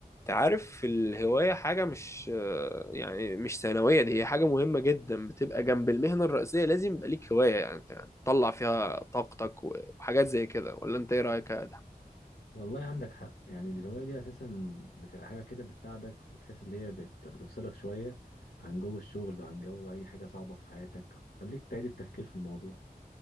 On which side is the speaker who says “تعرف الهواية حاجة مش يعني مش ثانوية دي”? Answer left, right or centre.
Left